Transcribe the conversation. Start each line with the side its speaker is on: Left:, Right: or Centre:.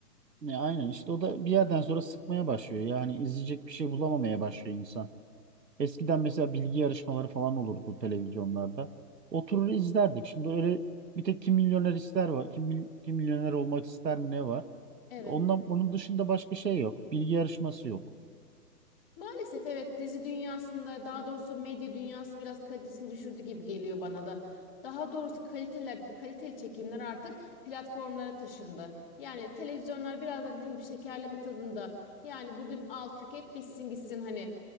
Right: Ne, aynen işte o da bir yerden sonra sıkmaya başlıyor. Yani izleyecek bir şey bulamamaya başlıyor insan. Eskiden mesela bilgi yarışmaları falan olurdu televizyonlarda. Oturur izlerdik. Şimdi öyle bir tek kim milyoner ister var. Kim, mil- kim milyoner olmak ister mi ne var?
Left: Evet.
Right: Ondan, onun dışında başka şey yok. Bilgi yarışması yok.
Left: Maalesef evet dizi dünyasında daha doğrusu medya dünyası biraz kalitesini düşürdü gibi geliyor bana da. Daha doğrusu kaliteler, kaliteli çekimler artık platformlara taşındı. Yani televizyonlar biraz da dediğim gibi şekerleme tadında. Yani bugün al tüket bitsin gitsin hani